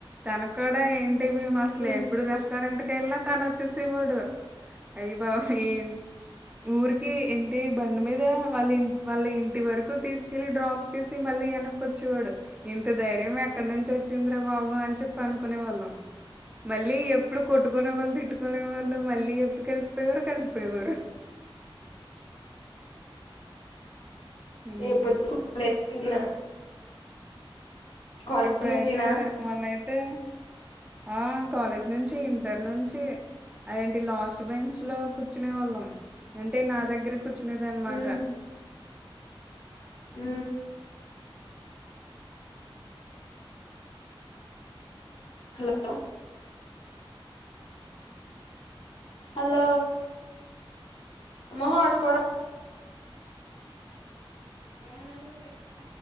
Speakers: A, on the right; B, on the left.
A: తన కూడా ఏంట్ టే మేము అసలే
B: ఉమ్,
A: ఎప్పుడు రెస్టారెంట్ కేళ్ళినా తాను వచ్చేసి వాడు అయ్య బాబోయి ఏ ఊరికి ఏంటి బండి మీద వాళ్ళిం వాళ్ళ ఇంటి వరకు తీసుకెళ్ళి డ్రాప్ చేసి మళ్ళీ ఎనక్కొచేవాడు ఇంత ధైర్యం ఎక్కడి నుంచి వచ్చిందిరా బాబు అని చెప్పి అనుకునే వాళ్ళం మళ్ళీ ఎప్పుడు కొట్టుకునే వాళ్ళు తిట్టుకునే వాళ్ళు మళ్ళీ ఎప్పుడు కలిసిపోయవారు కలిసిపోయేవారు హ్మ్
B: ఎప్పుడు <unintelligible> కాలేజ్
A: ఇప్పుడైతే
B: నుంచినా
A: మొన్నయితే ఆ కాలేజ్ నుంచి ఇంటర్ నుంచి అదేంటి లాస్ట్ బెంచ్ లో కూర్చునే వాళ్ళం అంటే నా దగ్గరే కూర్చునేదనమాట
B: ఉమ్, ఉ హలో హలో మో హాట్స్పాట్ ఆ హాట్స్పాట్